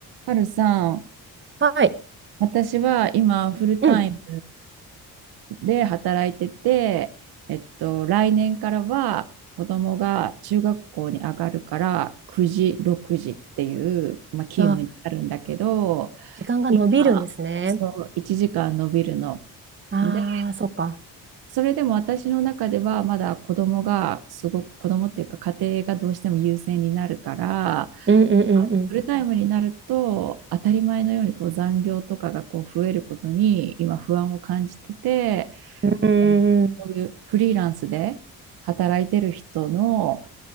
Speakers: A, on the right; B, on the right.
A: はるさん、
B: はい。
A: 私は今フルタイム
B: うん。
A: で働いてて、えっと、来年からは子供が中学校に上がるから9時、6時っていう、まあ、勤務になるんだけど、
B: あ、時間が伸びるんですね。
A: 今、そう、1時間伸びるの。
B: ああ、
A: で、
B: そっか。
A: それでも私の中ではまだ子供がすごく、子供っていうか家庭がどうしても優先になるから、
B: うんうんうんうん。
A: あのフルタイムになると当たり前のようにこう残業とかがこう増えることに今不安を感じてて
B: うんうんうん。
A: あのそういうフリーランスで働いてる人の、